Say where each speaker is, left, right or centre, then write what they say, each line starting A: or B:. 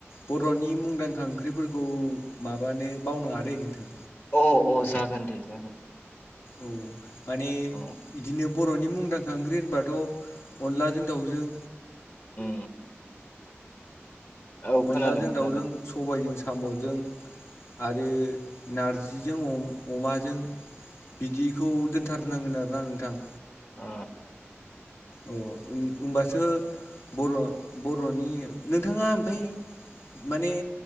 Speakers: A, on the left (about 65°); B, on the left (about 50°).
A: बर'नि मुं ओंखाम ओंख्रिफोरखौ माबानो बावनाङादै नोंथां।
B: औ औ जागोन दे जागोन।
A: औ माने
B: अ
A: बिदिनो बर'नि मुंदांखा ओंख्रि होनबाथ' अनलाजों दाउजों
B: उम औ खोनादों
A: अनलाजों
B: खोनादों
A: दाउजों सबाइजों साम'जों आरो नारजिजों अमाजों। बिदिखौ दोनथारनांगोन आरोना नोंथां।
B: ओ
A: औ होमबासो बर' बर'नि नोंथाङा ओमफ्राय माने